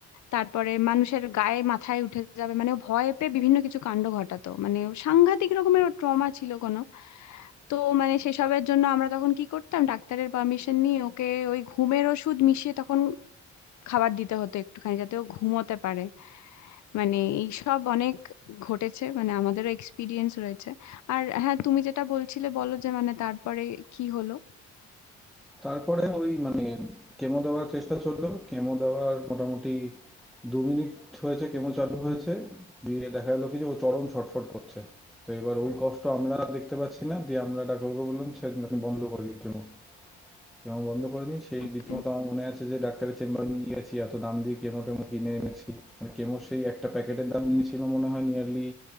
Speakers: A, on the left (about 70°); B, in the centre.
A: তারপরে মানুষের গায়ে মাথায় উঠে যাবে মানে ও ভয় পেয়ে বিভিন্ন কিছু কাণ্ড ঘটাতো মানে ও সাংঘাতিক রকমের ট্রমা ছিল কোনো তো মানে সেসবের জন্য আমরা তখন কি করতাম ডাক্তারের পারমিশন নিয়ে ওকে ওই ঘুমের ওষুধ মিশিয়ে তখন খাবার দিতে হতো একটুখানি যাতে ও ঘুমোতে পারে মানে এইসব অনেক ঘটেছে মানে আমাদেরও এক্সপিরিয়েন্স রয়েছে আর হ্যাঁ তুমি যেটা বলছিলে বলো যে মানে তারপরে কি হলো
B: তারপরে ওই মানে কেমো দেওয়ার চেষ্টা চললো কেমো দেওয়ার মোটামুটি দু মিনিট হয়েছে কেমো চালু হয়েছে দিয়ে দেখা গেলো কি যে ও চরম ছটফট করছে তো এবার ওই কষ্ট আমরা দেখতে পাচ্ছি না দিয়ে আমরা ডাক্তারবাবুকে বললাম সেদিন আপনি বন্ধ করে দিন কেমো কেমো বন্ধ করে দিন সেই রীতিমতো
A: ওকে
B: আমার মনে আছে যে ডাক্তারের চেম্বারে নিয়ে গেছি এত দাম দিয়ে কেমো টেমো কিনে এনেছি মানে কেমোর সেই একটা প্যাকেটের দাম নিয়েছিল মনে হয় নিয়ারলি